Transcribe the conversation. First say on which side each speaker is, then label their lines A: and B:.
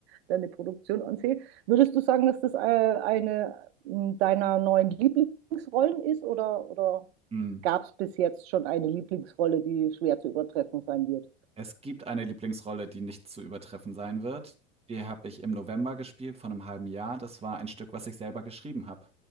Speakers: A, on the right; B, on the right.
A: deine Produktion ansehe. Würdest du sagen, dass das äh, eine mh, deiner neuen Lieblingsrollen ist oder, oder?
B: mhm.
A: gab es bis jetzt schon eine Lieblingsrolle, die schwer zu übertreffen sein wird.
B: Es gibt eine Lieblingsrolle, die nicht zu übertreffen sein wird. Die habe ich im November gespielt vor einem halben Jahr. Das war ein Stück, was ich selber geschrieben habe.